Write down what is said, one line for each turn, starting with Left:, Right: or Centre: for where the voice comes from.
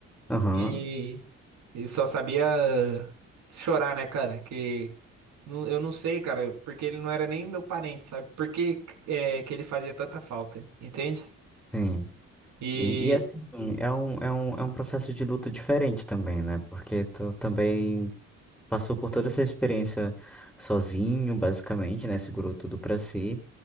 Centre: Aham,
Right: E eu só sabia chorar, né, cara? Que não- eu não sei, cara, porque ele não era nem meu parente, sabe? Por que, é, que ele fazia tanta falta, entende?
Centre: sim.
Right: E
Centre: E, e assim, é um, é um, é um processo de luto diferente também, né? Porque tu também passou por toda essa experiência sozinho, basicamente, né? Segurou tudo pra si.